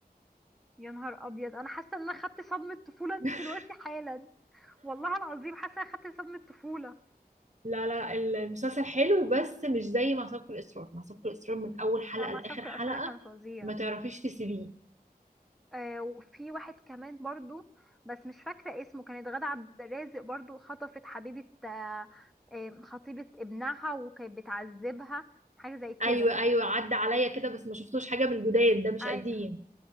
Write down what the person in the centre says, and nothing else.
يا نهار ابيض انا حاسه ان انا خدت صدمه طفوله
دلوقتي حالا والله العظيم حاسه ان انا خدت صدمه طفوله
نعم مع
سبك
الأسرة كان فظيع
آه وفي واحد كمان برضو بس مش فاكره اسمه كانت غادة عبد الرازق برضو خطفت حبيبه آه آه، خطيبه ابنها وكانت بتعذبها حاجه زي كده
أي